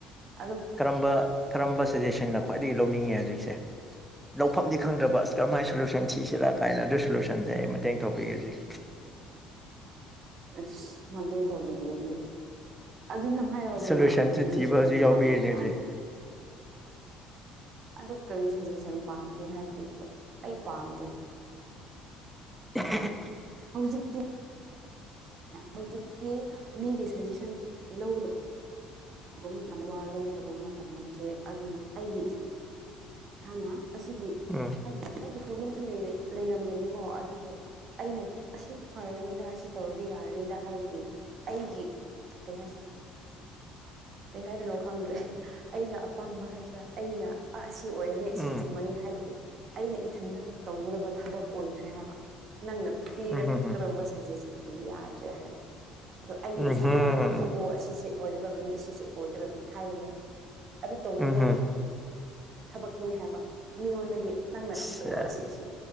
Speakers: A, on the right; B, in the centre.
A: ꯑꯗꯨꯗ
B: ꯀꯔꯝꯕ ꯀꯔꯝꯕ ꯁꯖꯦꯁꯟꯅ ꯈ꯭ꯋꯥꯏꯗꯒꯤ ꯂꯧꯅꯤꯡꯉꯦ ꯍꯧꯖꯤꯛꯁꯦ ꯂꯧꯐꯝꯗꯤ ꯈꯪꯗ꯭ꯔꯕ ꯀꯃꯥꯏꯅ ꯁꯣꯂꯨꯁꯟ ꯊꯤꯁꯤꯂꯔ ꯀꯥꯏꯅ ꯑꯗꯨ ꯁꯣꯂꯨꯁꯟꯁꯦ ꯑꯩ ꯃꯇꯦꯡ ꯇꯧꯕꯤꯒꯦꯖꯤ
A: ꯑꯥꯁ ꯃꯇꯦꯡ ꯇꯧꯕꯤꯒꯦ ꯍꯥꯏ ꯑꯗꯨꯅ ꯍꯥꯏꯔꯛꯑꯣꯗꯅ
B: ꯁꯣꯂꯨꯁꯟꯁꯤ
A: ꯀꯔꯤ
B: ꯊꯤꯕ
A: ꯁꯖꯦꯁꯟ
B: ꯍꯧꯖꯤꯛ ꯌꯥꯎꯕꯤꯔꯤꯅꯦ
A: ꯄꯥꯝꯒꯦ
B: ꯍꯧꯖꯤꯛ
A: ꯑꯁ ꯑꯗꯨ ꯀꯔꯤ ꯁꯖꯦꯁꯟ ꯄꯥꯝꯒꯦ ꯍꯥꯏꯕꯗꯤ ꯑꯩ ꯄꯥꯝꯗꯦ
B: ꯍꯥ
A: ꯍꯧꯖꯤꯛꯇꯤ ꯍꯧꯖꯤꯛꯇꯤ ꯃꯤꯒꯤ ꯁꯖꯦꯁꯟ ꯂꯧꯒꯗ ꯑꯗꯨꯒꯨꯝꯕ ꯃꯇꯝ ꯋꯥ ꯂꯧꯗꯒꯨꯝꯕ ꯇꯝ ꯅꯠꯇ꯭ꯔꯦ ꯑꯗꯨꯅ ꯑꯩꯒꯤ ꯏꯁ <inaudible> ꯏꯁꯥꯅ ꯑꯁꯤꯒꯤ
B: ꯎꯝ
A: ꯍꯥꯏꯕꯗꯤ ꯑꯩꯒꯤ ꯄ꯭ꯔꯣꯕ꯭ꯂꯦꯝꯁꯨ ꯂꯩꯔꯝꯒꯅꯤꯀꯣ ꯑꯗꯨꯕꯨ ꯑꯩꯅ ꯑꯁꯤ ꯐꯔꯅꯤꯗ ꯑꯁꯤ ꯇꯧꯔꯗꯤ ꯌꯥꯔꯅꯤꯗ ꯍꯥꯏꯕꯒꯤ ꯑꯩꯒꯤ ꯀꯩ ꯍꯥꯏꯁꯤꯔ ꯀꯩ ꯍꯥꯏꯗꯣꯏꯅꯣ ꯈꯪꯗ꯭ꯔꯦ ꯑꯩꯅ ꯑꯄꯥꯝꯕ ꯍꯥꯏꯁꯤꯔ ꯑꯩꯅ ꯑ ꯑꯁꯤ ꯑꯣꯏꯔꯅꯤ
B: ꯎꯝ
A: ꯑꯁꯤ ꯆꯨꯝꯃꯅꯤ ꯍꯥꯏꯕꯒꯤ ꯑꯩꯅ ꯏꯊꯟꯇ ꯇꯧꯒꯗꯕ ꯊꯕꯛ ꯑꯣꯏꯈ꯭ꯔꯦ ꯍꯥꯏꯕ ꯅꯪꯅ ꯄꯤꯔꯛꯀꯗꯕ
B: ꯎꯝ ꯎꯝ
A: ꯁꯖꯦꯁꯟ ꯌꯥꯗ꯭ꯔꯦ ꯍꯥꯏꯕ ꯑꯗꯣ ꯑꯩꯅ
B: ꯎꯝ
A: ꯏꯁꯥꯅ
B: ꯎꯝ ꯎꯝ
A: ꯈꯪꯉꯒ
B: ꯎꯝ
A: ꯑꯣ ꯑꯁꯤꯁꯦ ꯑꯣꯏ ꯕꯅꯤ ꯑꯁꯤꯁꯦ ꯑꯣꯏꯒꯗꯕꯅꯤ ꯍꯥꯏꯕꯗꯣ ꯑꯗꯨ ꯇꯧꯒꯗꯕꯥ
B: ꯎꯝ ꯎꯝ
A: ꯊꯕꯛꯅꯦ ꯍꯥꯏꯕ ꯃꯤꯉꯣꯟꯗꯒꯤ ꯅꯪꯅ
B: ꯑꯆꯥ
A: ꯁꯤ ꯇꯧꯔꯛꯑꯣ ꯁꯤꯁꯦ